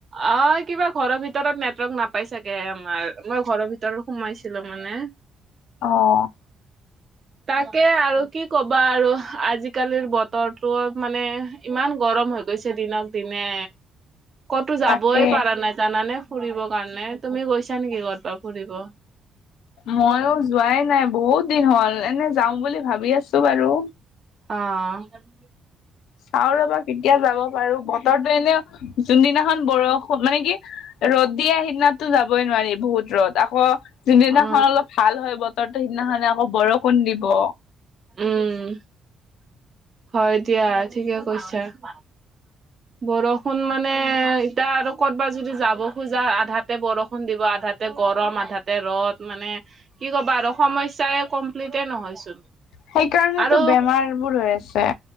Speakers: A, on the right; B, on the left.
A: অ'! কিবা ঘৰৰ ভিতৰত নেটৱৰ্ক নাপাই চাগে, আমাৰ। মই ঘৰৰ ভিতৰত সোমাইছিলোঁ মানে।
B: অ'!
A: তাকে আৰু কি ক'বা আৰু আজিকালিৰ বতৰটো মানে! ইমান গৰম হৈ গৈছে! দিনক- দিনে। ক'তো যাবই
B: তাকে
A: পাৰা নাই জানানে! ফুৰিব কাৰণে। তুমি গৈছা নেকি ক'ৰবাত ফুৰিব?
B: মইয়ো যোৱাই নাই বহুত দিন হ'ল। এনে যাওঁ বুলি ভাবি আছোঁ বাৰু!
A: অ'!
B: চাওঁ ৰ'বা কেতিয়া যাব পাৰোঁ! বতৰটো এনে, যোনদিনাখন বৰষুণ, মানে কি! ৰ'দ দিয়ে, সিদিনাতো যাবই নোৱাৰি, বহুত ৰ'দ! আকৌ, যোনদিনাখন
A: অ
B: অলপ ভাল হয় বতৰটো, সিদিনাখনে, আকৌ বৰষুণ দিব।
A: উম! হয় দিয়া, ঠিকে কৈছা। অ'! বৰষুণ মানে, এতিয়া আৰু কৰ'বাত যদি যাব খোজা, আধাতে বৰষুণ দিব আধাত আধাতে গৰম! আধাতে ৰ'দ। মানে, কি ক'বা আৰু সমস্যাই কমপ্লিটে নহয়চোন।
B: সেইকাৰণেতো
A: আৰু
B: বেমাৰবোৰ হৈ আছে।